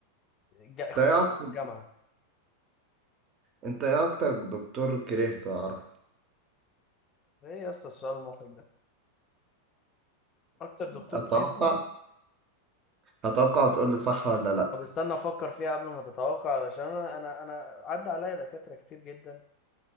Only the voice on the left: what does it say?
جا-
خصوصا
في الجامعة
ايه يا اسطى السؤال المحرج ده اكتر دكتور
كرهتني
طب استنى افكر فيها قبل ما تتوقع علشان انا انا انا عدى عليا دكاترة كتير جدا